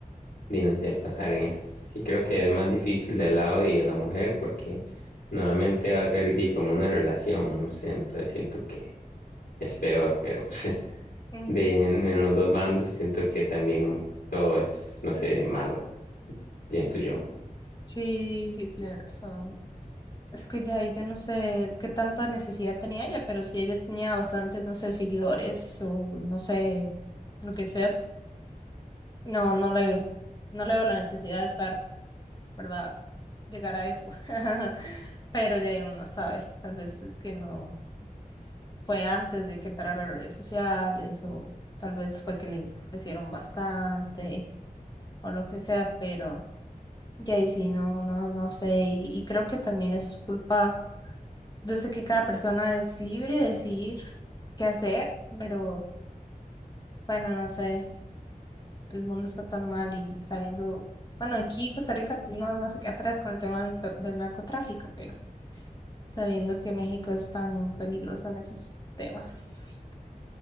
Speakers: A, on the left; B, on the left.
A: ni no sé, pasar en eso. Sí creo que es más difícil del lado y de la mujer porque normalmente va a ser di, como una relación, no sé, entonces siento que es peor, pero <laughs>
B: Mm,
A: de, en, en los dos bandos siento que también todo es, no sé, malo, siento yo.
B: Sí, sí, tiene razón. Es que ya yo no sé qué tanta necesidad tenía ella, pero si ella tenía bastantes, no sé, seguidores o no sé, lo que sea, no, no le, no le veo la necesidad de estar. ¿verdad? Llegar a eso. <laughs> Pero ya uno no sabe. Tal vez es que no fue antes de que entrara a las redes sociales o tal vez fue que le ofrecieron bastante o lo que sea, pero ya ahí sí, no, no, no sé. Y, y creo que también eso es culpa. Yo sé que cada persona es libre de decidir qué hacer, pero bueno, no sé. El mundo está tan mal y sabiendo, bueno, aquí Costa Rica no, no se queda atrás con el tema del del narcotráfico, pero... sabiendo que México es tan peligroso en esos temas.